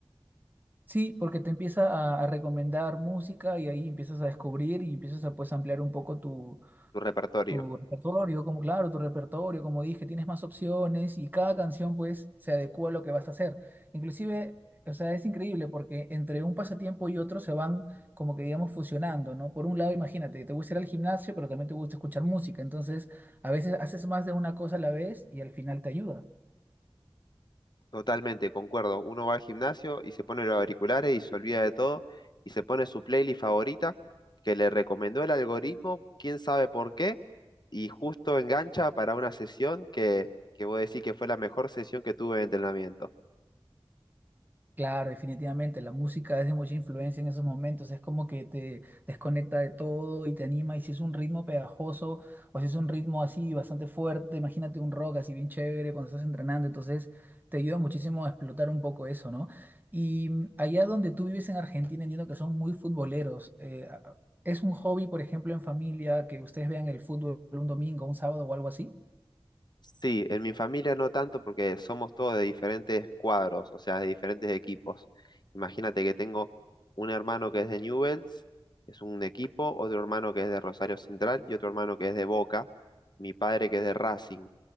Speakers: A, on the right (about 20°); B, on the left (about 45°).
A: Sí, porque te empieza a, a recomendar música y ahí empiezas a descubrir y empiezas a pues ampliar un poco tu
B: tu repertorio.
A: tu repertorio, como claro, tu repertorio, como dije, tienes más opciones y cada canción pues se adecua a lo que vas a hacer. Inclusive, o sea, es increíble porque entre un pasatiempo y otro se van como que digamos fusionando, ¿no? Por un lado, imagínate, te gusta ir al gimnasio, pero también te gusta escuchar música, entonces a veces haces más de una cosa a la vez y al final te ayuda.
B: Totalmente, concuerdo. Uno va al gimnasio y se pone los auriculares y se olvida de todo y se pone su playlist favorita que le recomendó el algoritmo, quién sabe por qué, y justo engancha para una sesión que, que voy a decir que fue la mejor sesión que tuve de entrenamiento.
A: Claro, definitivamente, la música es de mucha influencia en esos momentos, es como que te desconecta de todo y te anima, y si es un ritmo pegajoso o si es un ritmo así bastante fuerte, imagínate un rock así bien chévere cuando estás entrenando, entonces te ayuda muchísimo a explotar un poco eso, ¿no? Y mm, allá donde tú vives en Argentina, entiendo que son muy futboleros, eh, a- ¿es un hobby, por ejemplo, en familia, que ustedes vean el fútbol un domingo, un sábado o algo así?
B: Sí, en mi familia no tanto porque somos todos de diferentes cuadros, o sea, de diferentes equipos. Imagínate que tengo un hermano que es de Newell's, es un equipo, otro hermano que es de Rosario Central y otro hermano que es de Boca, mi padre que es de Racing.